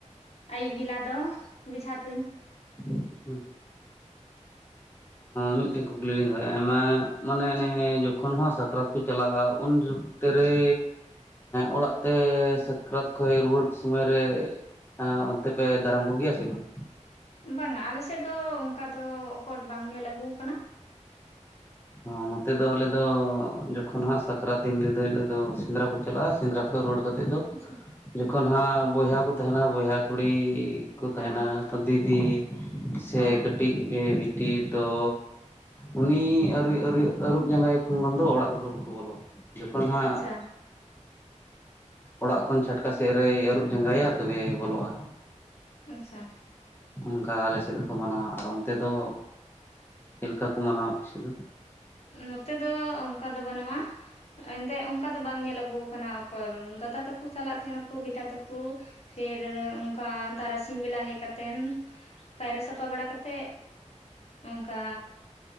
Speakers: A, on the left; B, on the left.
A: ᱟᱭᱩᱵ ᱵᱮᱞᱟ ᱫᱚ ᱵᱮᱡᱷᱟ ᱛᱩᱧ᱾
B: <unintelligible> ᱦᱩ,
A: <unintelligible>
B: ᱢᱤᱫᱴᱮᱡ ᱠᱩᱠᱞᱤ ᱞᱤᱧ ᱫᱚᱦᱚᱭᱼᱟ ᱟᱭᱢᱟ ᱢᱟᱱᱮ ᱡᱚᱠᱷᱚᱱ ᱦᱚᱸ ᱥᱟᱠᱨᱟᱛ ᱠᱚ ᱪᱟᱞᱟᱜᱼᱟ ᱩᱱᱡᱚ- ᱚᱛᱮ ᱨᱮ ᱚᱲᱟᱜ ᱛᱮ ᱥᱟᱠᱨᱟᱛ ᱠᱷᱚᱡ ᱨᱩᱣᱟᱹᱲ ᱥᱚᱢᱚᱭ ᱨᱮ, ᱦᱮ ᱚᱱᱛᱮ ᱯᱮ ᱫᱟᱨᱟᱢ ᱠᱚᱜᱮᱭᱟ ᱥᱮ ᱵᱟᱝ?
A: ᱵᱟᱝᱟ ᱟᱞᱮᱥᱮᱫ ᱫᱚ ᱚᱱᱠᱟ ᱫᱚ ᱚᱠᱚᱨ ᱵᱟᱝ ᱧᱮᱞ ᱟᱹᱜᱩ ᱠᱟᱱᱟ᱾
B: ᱦᱚᱸ ᱱᱚᱛᱮ ᱫᱚ ᱟᱞᱮ ᱫᱚ ᱡᱚᱠᱷᱚᱱ ᱦᱟᱸᱜ ᱥᱟᱠᱨᱟᱛ ᱫᱤᱱ ᱧᱤᱫᱟᱹ ᱦᱤᱞᱳᱜ ᱫᱚ ᱥᱮᱸᱫᱽᱨᱟ ᱠᱚ ᱪᱟᱞᱟᱜᱼᱟ ᱥᱮᱸᱫᱽᱨᱟ ᱠᱷᱚᱱ ᱨᱩᱣ ᱠᱟᱛ ᱛᱮᱫ ᱫᱚ
A: ᱟᱪᱪᱷᱟ
B: ᱡᱚᱠᱷᱚᱱ ᱦᱟᱸᱜ ᱵᱚᱭᱦᱟ ᱠᱚ ᱛᱟᱦᱮᱱᱟ ᱵᱚᱭᱦᱟ ᱠᱩᱲᱤ ᱠᱚ
A: ᱦᱮᱸ
B: ᱛᱟᱦᱮᱱᱟ, ᱫᱤᱫᱤ ᱥᱮ
A: ᱦᱮᱸ
B: ᱠᱟᱹᱴᱤᱡ ᱜᱮ ᱵᱤᱴᱤ ᱫᱚ ᱩᱱᱤ, ᱟᱹᱨᱤ ᱟᱹᱨᱩᱵ ᱡᱟᱸᱜᱟ ᱫᱚ ᱚᱲᱟᱜ ᱛᱮᱫᱚ ᱵᱟᱠᱚ ᱵᱚᱞᱚᱼᱟ ᱡᱚᱠᱷᱚᱱ ᱦᱟᱸᱜ,
A: ᱟᱪᱪᱷᱟ
B: ᱚᱲᱟᱜ ᱠᱷᱚᱱ ᱪᱷᱟᱴᱠᱟ ᱥᱮᱫ ᱨᱮᱭ ᱟᱹᱨᱩᱵ ᱡᱟᱸᱜᱟᱭᱟ ᱛᱚᱵᱮ ᱵᱚᱞᱚᱜᱼᱟ᱾
A: ᱟᱪᱪᱷᱟ,
B: ᱚᱝᱠᱟ ᱟᱞᱮ ᱥᱮᱫ ᱫᱚᱠᱚ ᱢᱟᱱᱟᱣᱟ ᱟᱨ ᱚᱱᱛᱮ ᱫᱚ ᱪᱮᱫ ᱞᱮᱠᱟ ᱠᱚ ᱢᱟᱱᱟᱣᱟ ᱟᱯᱮ ᱥᱮᱫ ᱫᱚ?
A: ᱱᱚᱛᱮ ᱫᱚ ᱚᱝᱠᱟ ᱫᱚ ᱵᱟᱹᱱᱩᱜᱼᱟ᱾ ᱮᱱᱛᱮ ᱚᱝᱠᱟ ᱫᱚ ᱵᱟᱝ ᱧᱮᱞ ᱟᱹᱜᱩ ᱠᱟᱱᱟ ᱚᱠᱚᱨ ᱫᱟᱫᱟ ᱛᱟᱠᱩ ᱪᱟᱞᱟᱜ ᱛᱟᱦᱮᱱᱟᱠᱚ ᱵᱮᱴᱟ ᱛᱟᱠᱩ ᱯᱷᱤᱨ ᱚᱝᱠᱟ ᱛᱟᱨᱟᱥᱤᱧ ᱵᱮᱞᱟ ᱦᱮᱡ ᱠᱟᱛᱮᱱ ᱯᱟᱭᱨᱟ ᱥᱟᱯᱟ ᱵᱟᱲᱟ ᱠᱟᱛᱮ ᱚᱝᱠᱟ